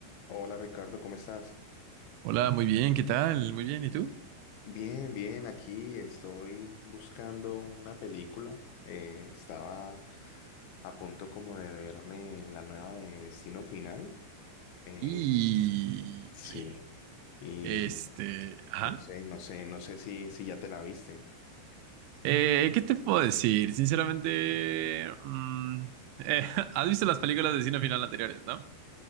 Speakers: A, on the left; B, on the right.
A: Hola Ricardo, ¿cómo estás?
B: Hola, muy bien, ¿qué tal? Muy bien, ¿y tú?
A: Bien, bien, aquí estoy buscando una película. Eh, estaba a punto como de verme la nueva de Destino Final. Eh,
B: Y
A: sí, y
B: este, ajá.
A: no sé, no sé, no sé si, si ya te la viste.
B: Eh, ¿qué te puedo decir? Sinceramente, mm, eh, <laughs> has visto las películas de Destino Final anteriores, ¿no?